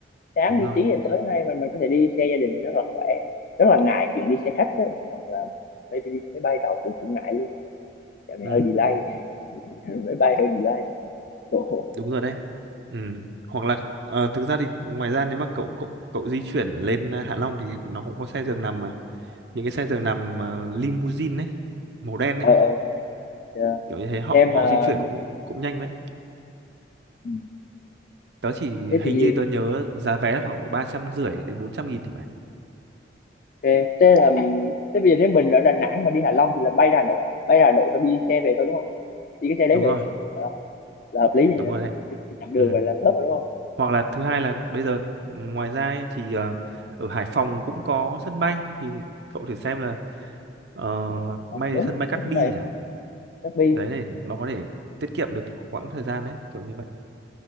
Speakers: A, on the left; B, on the right.
A: sáng
B: đúng
A: đi
B: rồi
A: tí thì tới ngay mà mình có thể đi xe gia đình rất là khỏe rất là ngại chuyện đi xe khách ấy. hoặc là mấy, đi- máy bay tàu cũng cũng ngại luôn dạo này
B: ừ
A: hơi delay <laughs> máy bay hơi delay Ồ,
B: đúng rồi đấy ừ. hoặc là ờ, thực ra thì ngoài ra nếu mà cậu cậu cậu di chuyển lên à, Hạ Long thì nó cũng có xe giường nằm mà những cái xe giường nằm à, limousine ấy màu đen
A: ờ
B: ấy
A: ờ dạ.
B: kiểu như thế họ
A: em ờ,
B: họ di chuyển cũng cũng nhanh đấy
A: ừ.
B: tớ chỉ
A: thế
B: hình
A: thì
B: như tớ nhớ giá vé là khoảng độ ba trăm rưỡi đến bốn trăm nghìn thì phải
A: thế, thế là thế bây giờ nếu mình ở Đà Nẵng mà đi Hạ Long thì là bay ra Hà Nội à bay ra Hà Nội xong đi xe về thôi đúng không đi cái xe đấy
B: đúng
A: về
B: rồi
A: Hạ Long là hợp lý như thế
B: đúng
A: này.
B: rồi đấy
A: cái, cái chặng đường
B: ừ.
A: vậy là khớp rồi đúng không
B: hoặc là thứ hai là bây giờ ừ, ngoài ra ấy, thì ờ, ở Hải Phòng cũng có sân bay thì cậu thử xem là ờ,
A: Ờ,
B: bay
A: đúng
B: đến sân bay Cát
A: có sân
B: Bi
A: bay Hải
B: chẳng
A: Phòng chắc bi
B: đấy để nó có thể tiết kiệm được quãng thời gian đấy kiểu như vậy